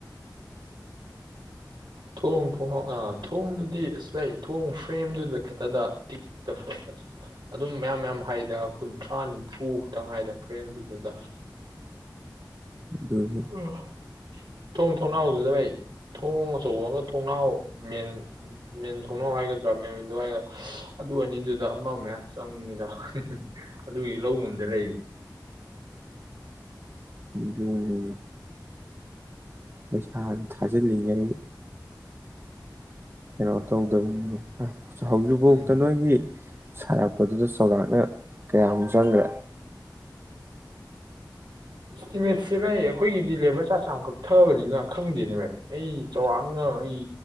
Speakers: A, on the right; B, on the right.
A: ꯊꯣꯡ ꯊꯣꯡꯅ ꯑ ꯊꯣꯡꯗꯨꯗꯤ ꯑꯁꯥꯏ ꯊꯣꯡ ꯐ꯭ꯔꯦꯝꯗꯨꯗ ꯈꯛꯇꯗ ꯇꯤꯛꯇ ꯑ ꯑꯗꯨꯝ ꯃꯌꯥꯝ ꯃꯌꯥꯝ ꯍꯥꯏꯗ ꯀꯨꯟꯊ꯭ꯔꯥ ꯅꯤꯐꯨ ꯈꯛꯇꯪ ꯍꯥꯏꯗ ꯐ꯭ꯔꯦꯝꯗꯨꯗꯨꯗ
B: ꯑꯗꯨꯅꯤ
A: ꯑꯣ ꯊꯣꯡ ꯊꯣꯡꯅꯥꯎꯗꯨꯗ ꯚꯥꯏ ꯊꯣꯡ ꯑꯆꯧꯕ ꯑꯃꯒ ꯊꯣꯡꯅꯥꯎ ꯃꯦꯟ ꯃꯦꯟ ꯊꯣꯡꯅꯥꯎ ꯍꯥꯏꯒꯗ꯭ꯔꯥ ꯃꯦꯟꯗꯨ ꯍꯥꯏꯒꯗ꯭ꯔꯥ ꯑꯗꯨ ꯑꯅꯤꯗꯨꯗ ꯑꯃ ꯑꯃꯌꯥꯝ ꯆꯪꯉꯤꯗ ꯑꯗꯨꯒꯤ ꯂꯧ ꯉꯝꯗ ꯂꯩꯌꯦ
B: ꯑꯗꯨꯅꯤ ꯄꯩꯁꯥ ꯊꯥꯖꯤꯜꯂꯤꯉꯅꯤ ꯀꯩꯅꯣ ꯇꯧꯗꯕꯅꯤꯅꯦ ꯍꯧꯖꯤꯛꯐꯥꯎꯗ
A: ꯎꯝ
B: ꯅꯣꯏꯒꯤ ꯁꯥꯔꯛꯄ ꯄ ꯑꯗꯨꯗ ꯆꯥꯎꯧꯔꯥꯛꯅ ꯀꯌꯥꯃꯨꯛ ꯆꯪꯈ꯭ꯔꯦ
A: ꯏꯁꯇꯤꯃꯦꯠꯁꯦ ꯚꯥꯏ ꯑꯩꯈꯣꯏꯒꯤꯗꯤ ꯂꯦꯕꯔ ꯆꯥꯔꯖ ꯌꯥꯝ ꯀꯛꯊꯕꯅꯤꯅ ꯈꯪꯗꯦꯅꯦ ꯚꯥꯏ ꯑꯩ ꯆꯥꯎꯔꯥꯛꯅ ꯑꯩ